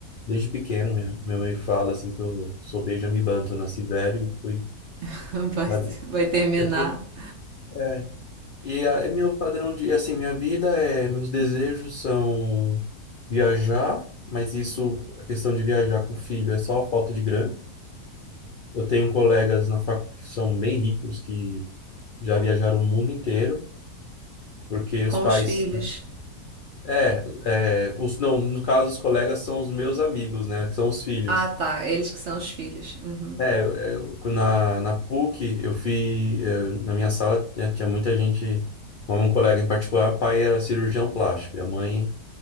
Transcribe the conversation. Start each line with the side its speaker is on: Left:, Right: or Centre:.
Left: Desde pequeno, minha, minha mãe fala assim que eu sou Benjamin Button, nasci velho e fui,
Right: <laughs> Vai,
Left: sabe?
Right: vai terminar
Left: Eu tenho, é, E a- é meu padrão de, assim, minha vida é, meus desejos são viajar, mas isso, a questão de viajar com o filho é só falta de grana. Eu tenho colegas na facu que são bem ricos, que já viajaram o mundo inteiro, porque os
Right: com
Left: pais,
Right: os filhos.
Left: é, é, os, não, no caso, os colegas são os meus amigos, né, que são os filhos.
Right: Ah, tá. Eles que são os filhos. Uhum.
Left: É, é, na, na PUC, eu fui, eh, na minha sala tinha, tinha muita gente, um um colega em particular, o pai era cirurgião plástico, e a mãe